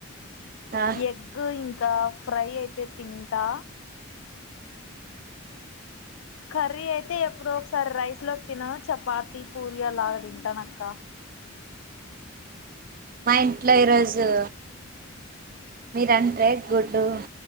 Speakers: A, on the right; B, on the left.
A: ఆ
B: ఎగ్గ్ ఇంకా ఫ్రై అయితే తింటా కర్రీ అయితే ఎప్పుడో ఒకసారి రైస్లో తినా చపాతి పూరి అలా దింటానక్క
A: <inaudible> మా ఇంట్లో ఈరోజూ మీరంట్రే గుడ్డూ